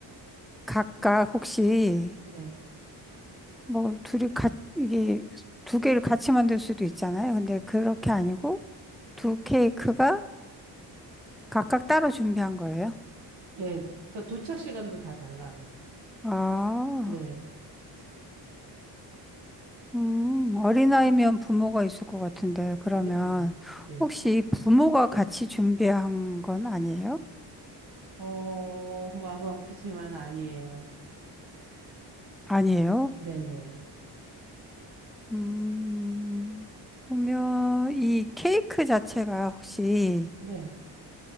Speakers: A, in the centre; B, on the right.
A: 각각 혹시
B: 네.
A: 뭐 둘이 같 이게 두 개를 같이 만들 수도 있잖아요. 근데 그렇게 아니고 두 케이크가 각각 따로 준비한 거예요.
B: 예, 그러니까 도착 시간도 다 달라요.
A: 아,
B: 네,
A: 음, 어린아이면 부모가 있을 것 같은데
B: 네,
A: 그러면
B: 네.
A: 혹시 부모가 같이 준비한 건 아니에요?
B: 어, 마음 아프지만 아니에요.
A: 아니에요?
B: 네, 네,
A: 음, 그러면 이 케이크 자체가 혹시
B: 네,